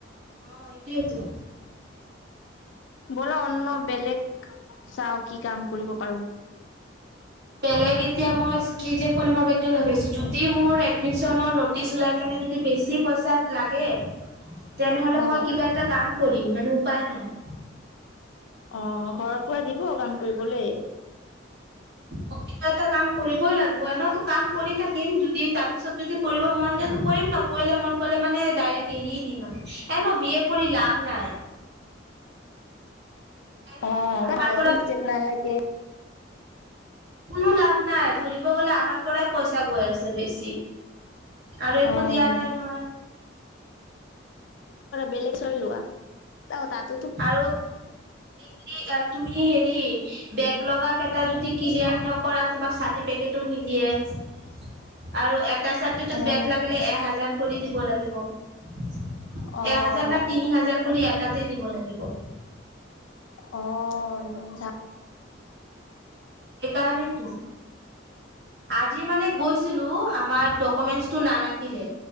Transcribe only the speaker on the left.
বল অন্ন বেলেগ চাওঁ কি কাম কৰিব পাৰো
অ
অ ঘৰৰ পৰা দিব কাম কৰিবলে
অ
ভাল
নালাগে
অ'।
বেলেগ চই লোৱা অ তাতো
অ',
অ',
অ